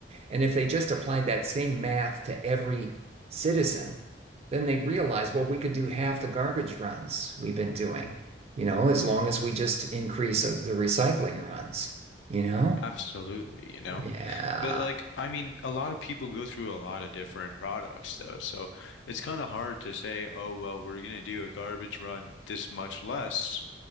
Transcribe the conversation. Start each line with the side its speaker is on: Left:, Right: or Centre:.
Right: And if they just applied that same math to every citizen, then they'd realize, well, we could do half the garbage runs we've been doing, you know, as long as we just increase uh, the recycling runs, you know?
Left: Absolutely, you know.
Right: Yeah.
Left: But like, I mean, a lot of people go through a lot of different products though. So it's kind of hard to say, oh, well, we're going to do a garbage run this much less